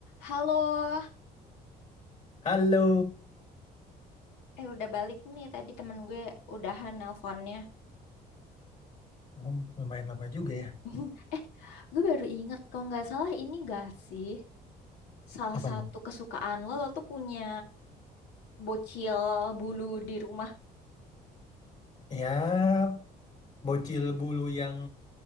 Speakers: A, on the left; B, on the left.
A: Halo,
B: Halo,
A: eh udah balik nih tadi temen gue udahan nelponnya.
B: Oh, lumayan lama juga ya.
A: <laughs> Eh, gue baru inget kalau nggak salah ini gak sih salah
B: Apaan?
A: satu kesukaan lo, lo tuh punya bocil bulu di rumah.
B: Ya, bocil bulu yang